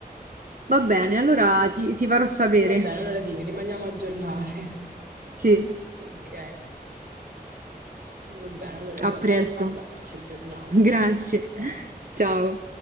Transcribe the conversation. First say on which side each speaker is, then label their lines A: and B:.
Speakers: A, on the right (about 55°); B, on the right (about 75°).
A: Va bene, allora ti, ti farò sapere.
B: Va bene,
A: <laughs>
B: allora sì, rimaniamo aggiornate. <laughs>
A: Sì.
B: Ok, va bene, allora buona
A: A presto.
B: serata, ci aggiorniamo,
A: <laughs>
B: ciao,
A: Grazie.
B: ciao.
A: Ciao.